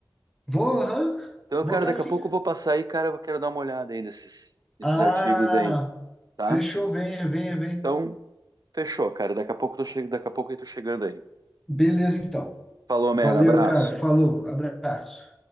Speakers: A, in the centre; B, on the right.
A: Vou, aham,
B: Então,
A: vou
B: cara,
A: tá
B: daqui
A: sim.
B: a pouco eu vou passar aí, cara, eu quero dar uma olhada aí nesses, nesses
A: Ah,
B: artigos aí, tá?
A: fechou. Venha, venha, venha.
B: Então, fechou, cara. Daqui a pouco eu tô che... daqui a pouco eu tô chegando aí.
A: Beleza, então.
B: Falou,
A: Valeu,
B: man, abraço.
A: cara. Falou. Abraço.